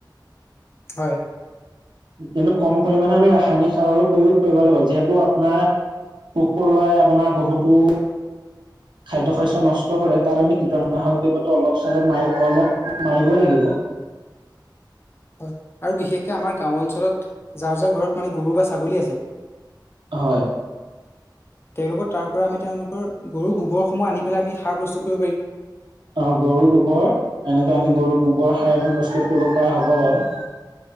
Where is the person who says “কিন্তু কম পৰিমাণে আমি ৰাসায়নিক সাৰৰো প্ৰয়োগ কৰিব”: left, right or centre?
Right